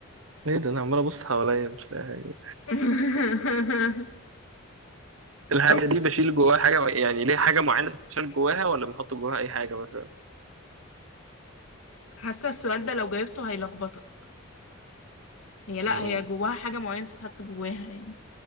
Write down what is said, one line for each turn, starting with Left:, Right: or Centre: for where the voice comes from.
Right: ايه ده انا عمال ابص حواليا مش لاقي حاجة
Left: <laughs>
Right: الحاجة
Left: طب
Right: دي بشيل جواها حاجة يعني ليه حاجة معينة بتشيل جواها ولا بنحط جواها أي حاجة مثلا
Left: حاسه السؤال ده لو جاوبته هيلخبطك هي لا
Right: مم.
Left: هي جواها حاجه معينه تتحط جواها يعني